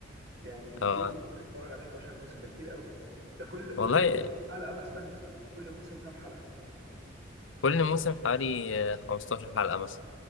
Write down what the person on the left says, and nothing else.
اه
والله
كل موسم حوالي آه، 15 حلقه مثلا